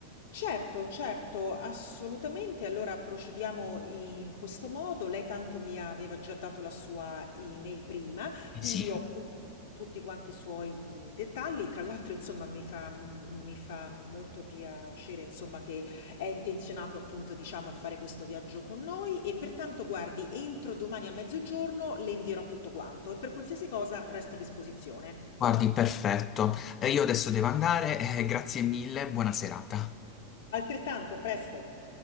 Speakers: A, on the left; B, on the left.
A: Certo, certo, assolutamente. Allora procediamo in questo modo. Lei tanto mi aveva già dato la sua email prima, quindi
B: Sì.
A: ho qui tutti quanti i suoi dettagli. Tra l'altro, insomma, mi fa, mi fa molto piacere, insomma, che è intenzionato appunto, diciamo, a fare questo viaggio con noi e pertanto, guardi, entro domani a mezzogiorno le invierò tutto quanto e per qualsiasi cosa resto a disposizione.
B: Guardi, perfetto. Eh, Io adesso devo andare, eh, grazie mille, buona serata.
A: Altrettanto, a presto!